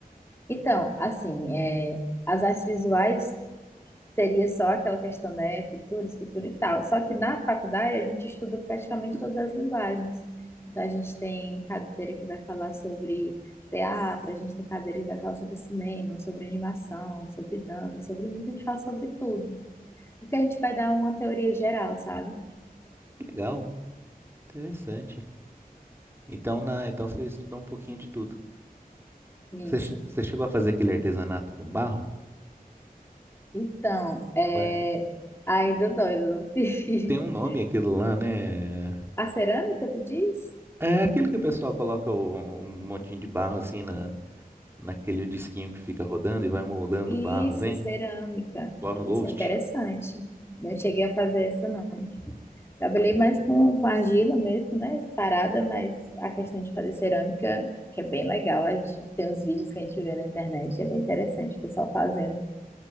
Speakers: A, on the left (about 15°); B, on the right (about 15°).
A: Então, assim, é, as artes visuais seria só aquela questão, né, Futura, escritura e tal. Só que na faculdade a gente estuda praticamente todas as linguagens. Então a gente tem cadeira que vai falar sobre teatro, a gente tem cadeira que vai falar sobre cinema, sobre animação, sobre dança, sobre música, a gente fala sobre tudo. Porque a gente vai dar uma teoria geral, sabe?
B: Legal, interessante. Então, na, então você estudou um pouquinho de tudo.
A: Isso.
B: Você che- você chegou a fazer aquele artesanato com barro?
A: Então, é...
B: Ué,
A: ainda não, ainda não <laughs> fiz.
B: Tem um nome aquilo lá, né?
A: A cerâmica, tu diz?
B: É aquele que o pessoal coloca o- um montinho de barro assim na, naquele disquinho que fica rodando e vai moldando
A: Isso,
B: o barro assim.
A: cerâmica.
B: Lá no
A: Isso
B: Ghost.
A: é interessante. Não cheguei a fazer isso, não. Trabalhei mais com, com argila mesmo, né? Parada, mas a questão de fazer cerâmica, que é bem legal. A gente tem uns vídeos que a gente vê na internet, é bem interessante o pessoal fazendo.